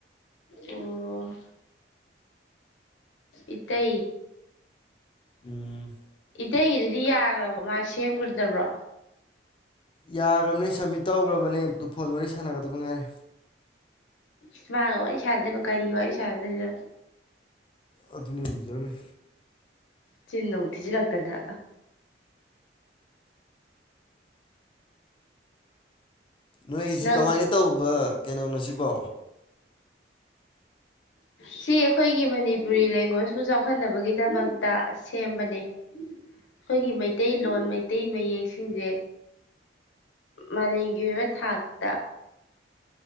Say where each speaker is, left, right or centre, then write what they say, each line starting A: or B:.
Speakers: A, on the left (about 90°); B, on the left (about 30°).
A: ꯑꯣ ꯏꯠꯇ
B: ꯎꯝ
A: ꯃꯇꯩꯒꯤꯗꯨꯗꯤ ꯌꯥꯈ꯭ꯔꯕ ꯃꯥ ꯁꯦꯝꯈꯗꯕ꯭ꯔꯣ
B: ꯌꯥꯈ꯭ꯔꯕꯅꯦ ꯁꯕꯃꯤꯠ ꯇꯧꯈ꯭ꯔꯕꯅꯦ ꯑꯗꯨ ꯐꯣꯟ ꯋꯥꯔꯤ ꯁꯥꯟꯅꯒꯗꯕ ꯉꯥꯏꯔꯦ
A: ꯁꯃꯥꯒ ꯋꯥꯔꯤ ꯋꯥꯔꯤ ꯁꯗꯗ ꯀꯔꯤ ꯋꯥꯔꯤ ꯋꯥꯔꯤ ꯁꯗꯗ
B: ꯑꯗꯨꯅꯤꯖꯈꯦ
A: ꯆꯤꯟꯅ ꯎ ꯊꯤꯁꯤ ꯂꯥꯛꯇꯥꯗ
B: ꯅꯣꯏꯁꯤ
A: ꯅꯪ
B: ꯀꯃꯥꯏꯅ ꯇꯧꯕ ꯀꯩꯅꯣ ꯅꯣꯁꯤꯕꯣ
A: ꯁꯤ ꯑꯩꯈꯣꯏꯒꯤ ꯃꯅꯤꯄꯨꯔꯤ ꯂꯦꯡꯒ꯭ꯋꯦꯁꯄꯨ ꯆꯥꯎꯈꯠꯅꯕꯒꯤꯗꯃꯛꯇ ꯁꯦꯝꯕꯅꯦ ꯑꯩꯈꯣꯏꯒꯤ ꯃꯩꯇꯩꯂꯣꯟ ꯃꯩꯇꯩ ꯃꯌꯦꯛꯁꯤꯡꯁꯦ ꯃꯥꯂꯦꯝꯒꯤ ꯑꯣꯏꯕ ꯊꯥꯛꯇ